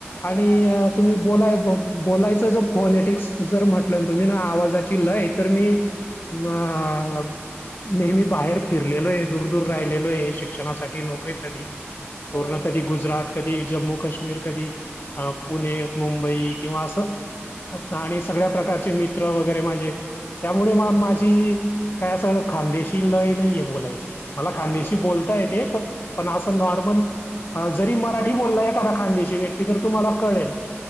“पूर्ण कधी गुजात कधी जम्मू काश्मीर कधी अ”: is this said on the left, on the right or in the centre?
Left